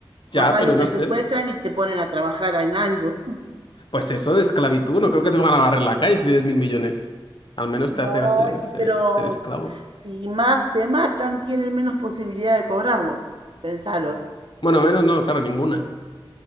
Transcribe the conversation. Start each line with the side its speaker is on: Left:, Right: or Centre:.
Right: Más
Left: ya,
Right: vale
Left: pero
Right: te
Left: no sé.
Right: secuestran y te ponen a trabajar en algo. <laughs>
Left: Pues eso de esclavitud, no creo que te van a barrer la calle si tienes mil millones. Al menos
Right: No,
Left: te hacen hacer,
Right: y
Left: ser,
Right: pero
Left: es- ser esclavo.
Right: si ma- te matan tienen menos posibilidad de cobrarlo. Pensalo.
Left: Bueno, menos no, claro, ninguna.